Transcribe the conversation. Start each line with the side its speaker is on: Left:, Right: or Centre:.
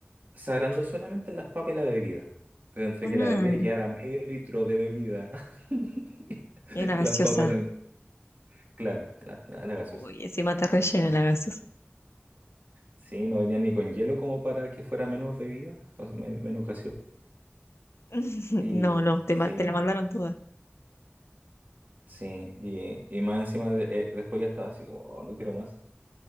Right: se solamente las papas y la bebida. Pero entre
Left: Ah,
Right: que la bebida ya era medio litro de bebida <laughs>
Left: era
Right: y
Left: gaseosa.
Right: las papas eran, claro, la, la, la gaseosa.
Left: Uy, encima te rellena
Right: Entonces,
Left: la gaseosa.
Right: sí, Sí, no venían ni con hielo como para que fuera menos bebida, o sea, me- menos gaseosa.
Left: <laughs>
Right: Y
Left: No, no, te,
Right: sí.
Left: ma- te la mandaron toda.
Right: Sí, y, y más encima de- eh, después ya estaba así como, "Oh, no quiero más.